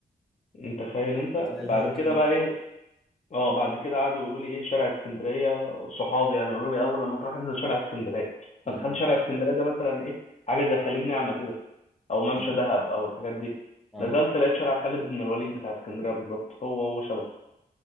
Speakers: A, on the left (about 45°); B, in the centre.
A: انت تخيل انت
B: بتلاقي
A: بعد
B: الهوا جديد
A: كده بقى ايه اه بعد كده قعدوا يقولوا لي ايه شارع اسكندريه صحابي يعني يقولوا لي اول لما تروح انزل شارع اسكندريه
B: مم.
A: فدخلت شارع اسكندريه ده مثلا ايه حاجه زي خليج نعمه كده او ممشى
B: اه
A: دهب او الحاجات دي
B: آه.
A: نزلت لقيت شارع خالد بن الوليد بتاع اسكندريه بالظبط هو هو شبه